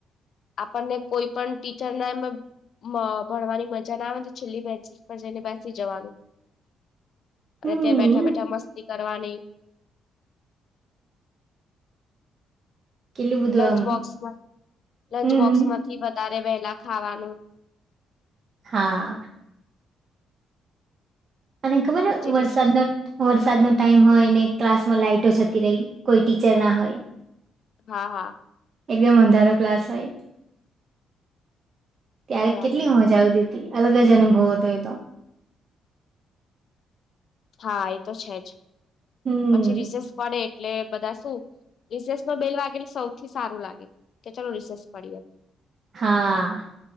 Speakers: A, on the left (about 60°); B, on the right (about 45°).
A: આપણને કોઈ પણ ટીચરના એમ મ ભણવાની મજાના આવે ને છેલ્લી બેચીસ પર જઈને બેસી જવાનું અને
B: હમ
A: ત્યાં બેઠા બેઠા મસ્તી કરવાની
B: કેટલું બધું
A: લંચબોક્સમાં
B: આમ
A: લંચબોક્સમાંથી
B: હમ હમ
A: વધારે વહેલા ખાવાનું
B: હા. તને ખબર
A: પછી
B: વરસાદનો
A: રિસ
B: વરસાદનો ટાઈમ હોય ને ક્લાસમાં લાાઈટો જતી રહી કોઈ ટીચર ના હોય
A: હા હા.
B: એકદમ અંધારો ક્લાસ હોય ત્યારે
A: બરાબર
B: કેટલી મ જાવતીતી અલગ જ અનુભવ હતો એ તો
A: હા એ તો છે, જ
B: હમ
A: પછી રિસેસ પડે એટલે બધા શું રિસેસનો બેલ વાગે સૌથી સારું લાગે કે ચાલો રિસેસ પડી એમ
B: હા